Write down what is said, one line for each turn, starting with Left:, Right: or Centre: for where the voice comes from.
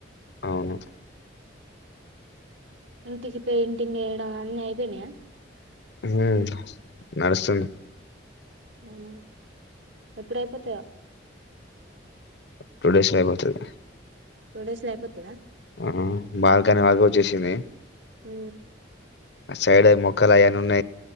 Left: అవు
Right: ఇంటికి పెయింటింగ్ వేయడం అన్నీ అయిపోనాయా
Left: హ నడుస్తుంది
Right: అవున ఎప్పుడ అయిపోతావా
Left: టూ డేస్ యిపోవుతుది
Right: ోడసు యిపోతు రా
Left: ఆ బాల్కాని వాకు వచ్చేసింది
Right: హ
Left: సైడ మొకలను న